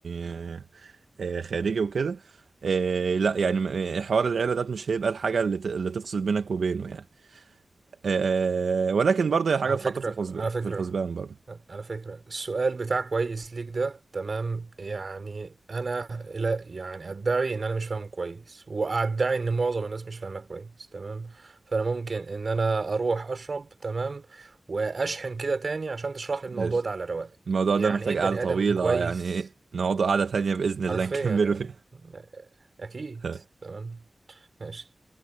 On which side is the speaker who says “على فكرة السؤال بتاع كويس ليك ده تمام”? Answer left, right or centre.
Right